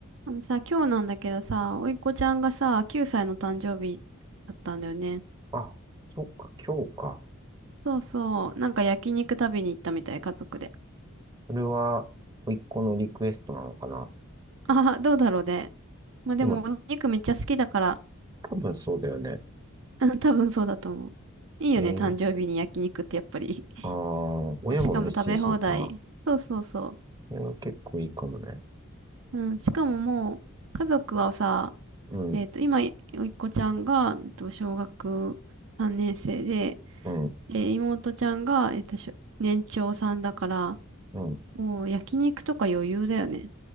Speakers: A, on the right (about 65°); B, on the right (about 20°).
A: あのさ、今日なんだけどさ、おいっ子ちゃんがさ、9歳の誕生日だったんだよね。
B: あ、そっか、今日か。
A: そうそう、なんか焼肉食べに行ったみたい、家族で。
B: それは、甥っ子のリクエストなのかな。
A: <laughs> ああ、どうだろうね。まあでも、
B: でも、
A: お肉めっちゃ好きだから、<laughs>
B: 多分そうだよね。
A: うん多分そうだと思う。いいよね、
B: えー、
A: 誕生日に焼肉ってやっぱり。<laughs>
B: ああ、親も嬉しいしさ、
A: まあしかも食べ放題。そうそうそ
B: それは結構いいかもね。
A: う。うん、しかももう、家族はさ、
B: うん、
A: えっと、今、おいっ子ちゃんが、えっと、小学3年生で、
B: うん、
A: で、妹ちゃんが、えっと、しょ年長さんだから、
B: うん。
A: もう焼肉とか余裕だよね。